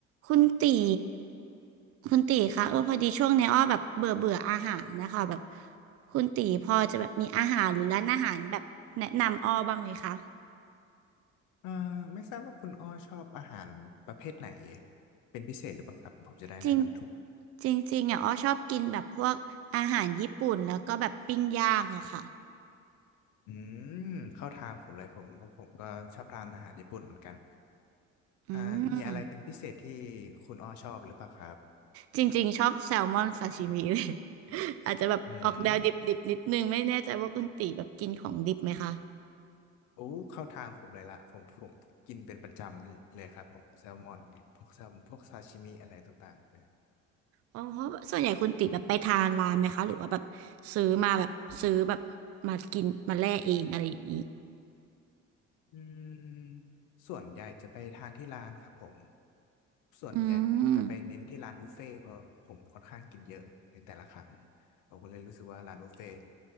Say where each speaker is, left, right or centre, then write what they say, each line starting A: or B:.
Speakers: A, on the right; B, on the left.
A: คุณตีคุณตีคะเออพอดีช่วงเนี้ยอ้อแบบเบื่อเบื่ออาหารนะคะแบบคุณตีพอจะแบบมีอาหารหรือร้านอาหารแบบแนะนำอ้อบ้างไหมคะ
B: เอ่อไม่ทราบว่าคุณอ้อชอบอาหารประเภทไหนเป็นพิเศษหรือเปล่าครับผมจะได้แนะนำถูก
A: จริงจริงจริงอ่ะอ้อชอบกินแบบพวกอาหารญี่ปุ่นแล้วก็แบบปิ้งย่างอะค่ะ
B: อืมเข้าทางผมเลยผมเพราะผมก็ชอบทานอาหารญี่ปุ่นเหมือนกัน
A: อื
B: อ่ามีอะไรเป็นพิเศษที่
A: ม
B: คุณอ้อชอบหรือเปล่าครับ
A: จริงๆชอบแซลมอนซาชิมิเลย <laughs> อาจจะแบบออกแนวดิบๆนิดนึงไม่แน่ใจว่าคุณตีแบบกินของดิบไหมคะ
B: อืมโอ้เข้าทางผมเลยละผมผมกินเป็นประจำเลยครับผมแซลมอนพวกแซลพวกซาชิมิอะไรต่างๆเนี่ย
A: อ๋อเพราะส่วนใหญ่คุณติแบบไปทานร้านไหมคะหรือว่าแบบซื้อมาแบบซื้อแบบมากินมาแล่เองอะไรอย่างนี้
B: อืมส่วนใหญ่จะไปทานที่ร้านครับผม ส่วนใหญ่ผมจะไปเน้นที่ร้านบุฟเฟ่ต์เพราะผมค่อนข้างกินเยอะในแต่ละครั้ง
A: อืม
B: ผมก็เลยรู้สึกว่าร้านบุฟเฟ่ต์